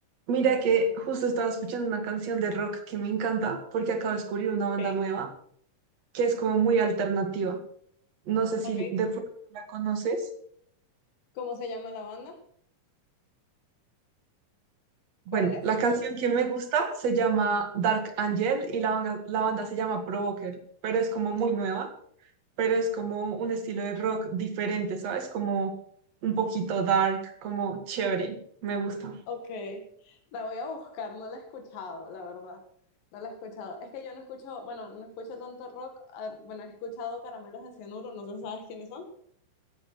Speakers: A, on the right; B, on the left.
A: Mira que justo estaba escuchando una canción de rock que me encanta porque acabo de descubrir una banda
B: Ok,
A: nueva que es como muy alternativa. No sé si
B: ok.
A: de pronto la conoces.
B: ¿Cómo se llama la banda?
A: Bueno,
B: ¿Cuál es?
A: la canción
B: ¿Cuál es?
A: que me gusta se llama Dark Angel y la banda, la banda se llama Provoker, pero es como muy nueva, pero es como un estilo de rock diferente, ¿sabes? Como un poquito dark, como chévere. Me gusta.
B: Ok, la voy a buscar, no la he escuchado, la verdad. No la he escuchado. Es que yo no escucho, bueno, no escucho tanto rock. ah, Bueno, he escuchado Caramelos de Cianuro, no sé si sabes quiénes son.